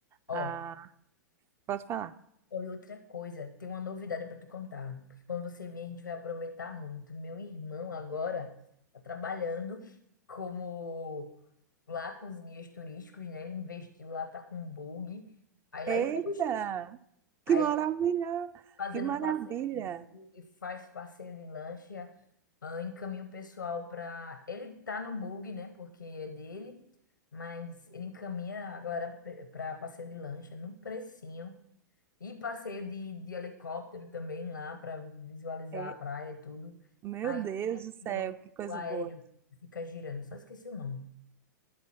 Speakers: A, on the left; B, on the right.
A: ó,
B: Ah, posso falar?
A: ou outra coisa, tem uma novidade para te contar. Porque quando você vier, a gente vai aproveitar muito. Meu irmão agora tá trabalhando como lá com os guias turísticos, né? Ele investiu lá, tá com bug. Aí
B: Eita!
A: lá em Maragogi.
B: Que
A: Aí
B: maravilha!
A: ele tá fazendo
B: Que maravilha!
A: um passeio de bug, faz passeio de lancha, ah, encaminha o pessoal pra. Ele tá no bug, né? Porque é dele, mas ele encaminha a galera pe- pra passeio de lancha no precinho. E passeio de, de helicóptero também lá pra visualizar
B: É.
A: a praia e tudo.
B: Meu
A: Aí
B: Deus
A: tem aquele
B: do céu,
A: outro
B: que coisa
A: aéreo
B: boa.
A: que fica girando, só esqueci o nome.